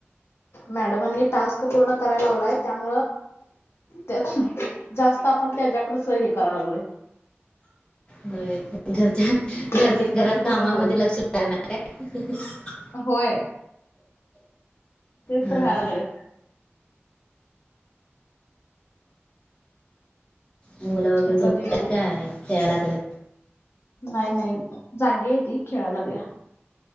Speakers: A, on the left; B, on the left.
A: मॅडमांनी टास्क पूर्ण कराय लावलाय त्यामुळ त्यात जास्त आपण त्याच्याकडेच हे कराव लागलोय
B: होय. घरच्या ह घर
A: कधी एकदाच
B: घरात
A: पूर्ण
B: कामामध्ये
A: होईल
B: लक्ष लाणार आहे
A: होय तसर
B: हा हा.
A: म्यालागळे
B: मुलं वगैरे
A: तर
B: झोपल्या
A: कधी पू
B: काय त्याय लागले
A: नाही नाही जागी आहे ती खेळायला लागल्या